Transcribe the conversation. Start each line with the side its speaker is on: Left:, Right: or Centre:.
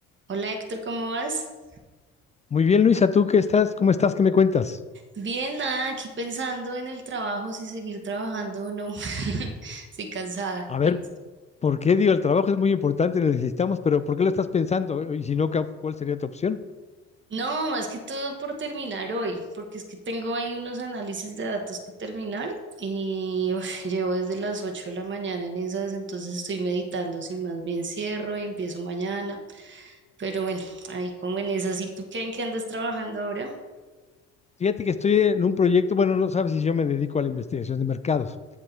Right: Hola Héctor, ¿cómo vas?
Left: Muy bien, Luisa, ¿tú qué estás? ¿Cómo estás? ¿Qué me cuentas?
Right: Bien, nada, aquí pensando en el trabajo, si seguir trabajando o no. <laughs> Estoy cansada.
Left: A ver,
Right: Y-
Left: ¿por qué digo, el trabajo es muy importante, lo necesitamos, pero ¿por qué lo estás pensando? Y si no, ¿ca- ¿cuál sería tu opción?
Right: no, más que todo por terminar hoy, porque es que tengo ahí unos análisis de datos que terminar y <laughs> uf, llevo desde las 8 de la mañana en esas, entonces estoy meditando si más bien cierro y empiezo mañana. Pero bueno, ahí como en esas. ¿Y tú qué, en qué andas trabajando ahora?
Left: Fíjate que estoy en un proyecto, bueno, no sabes si yo me dedico a la investigación de mercados.